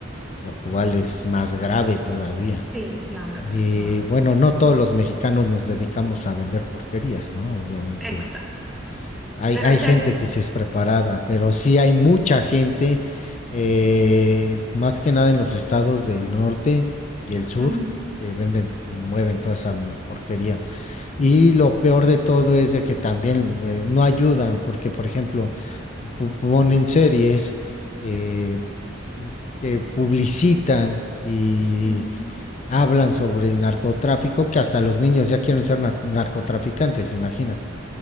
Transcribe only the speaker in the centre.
Sí, claro,
claro,
exacto.
Pero
ese
es...
ujú,
ujú.